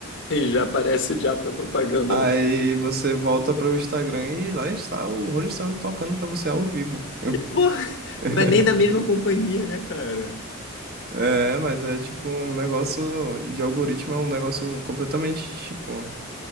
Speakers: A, on the left; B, on the right.
A: E já aparece o diabo da propaganda
B: Aí
A: lá.
B: você volta para o Instagram e lá está o Rolling Stone tocando para você ao vivo.
A: E, pô,
B: <laughs>
A: não é nem da mesma companhia, né, cara?
B: É, mas é tipo um negócio de algoritmo, é um negócio completamente tipo,